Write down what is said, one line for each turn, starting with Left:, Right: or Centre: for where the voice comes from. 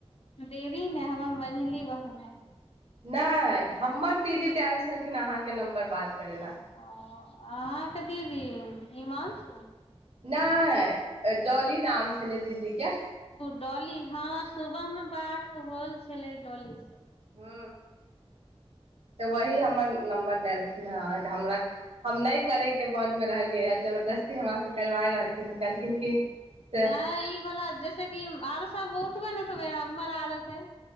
Left: देवि मे हमर मझली बहन
Right: नहि हमर दीदी देल छलखिन अहाँके नम्बर बात
Left: ओ
Right: करै लए
Left: आ <unintelligible> <inaudible>
Right: नहि डोली नाम छलै दीदीे
Left: डली हँ सुबहमे बात होल छलै डली
Right: हू तऽ वही हमर नम्बर देलखिन हे हमरा हम नहि करेके मनमे रहलियै ह जबरदस्ती हमर से करबा रहलखिन ह कहलखिन कि से
Left: नहि ई बला जैसेक आरो सबहु उबे न उठबै हमर आदते हैय